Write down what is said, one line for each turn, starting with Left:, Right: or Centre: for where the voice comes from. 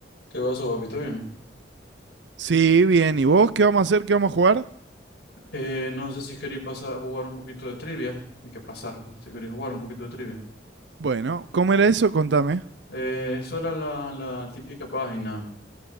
Left: ¿Qué pasó, papito? Bien.
Right: Sí, bien. ¿Y vos qué vamos a hacer? ¿Qué vamos a jugar?
Left: Eh, no sé si queréis pasar a jugar un poquito de trivia. Hay que pasar, ¿no? Si queréis jugar un poquito de trivia.
Right: Bueno, ¿cómo era eso? Contame.
Left: Eh, eso era la, la típica página